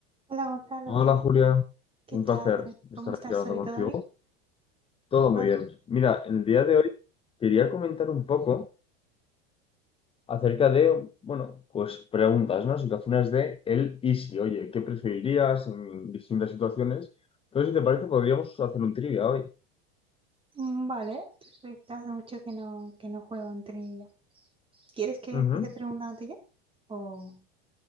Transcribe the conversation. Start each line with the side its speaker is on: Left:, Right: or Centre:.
Right: Hola Gonzalo,
Left: Hola Julia,
Right: ¿qué
Left: un
Right: tal?
Left: placer
Right: ¿Cómo
Left: estar
Right: estás
Left: aquí hablando
Right: hoy?
Left: contigo.
Right: ¿Todo bien?
Left: Todo muy
Right: Ah,
Left: bien. Mira, en el día de hoy quería comentar un poco acerca de, bueno, pues preguntas, ¿no? Situaciones de el y si. Oye, ¿qué preferirías en distintas situaciones? Entonces, si te parece, podríamos hacer un trivia hoy.
Right: mm, Vale, perfecto. Hace mucho que no, que no juego en trivia. ¿Quieres que
Left: Ujú.
Right: empiece preguntándote yo? O...